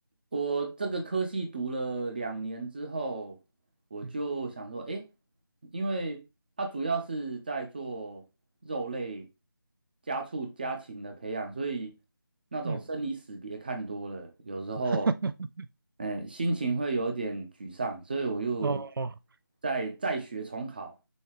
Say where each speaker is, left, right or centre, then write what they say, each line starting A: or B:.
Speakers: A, on the right; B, on the right.
A: 我这个科系读了两年之后，我就想说，
B: 嗯
A: 诶，因为它主要是在做肉类、家畜、家禽的培养，所以那种生离死别看多了，
B: 嗯，
A: 有时候，
B: <laughs>
A: 嗯、心情会有点沮丧，所以我又
B: 哦，
A: 再再学重考，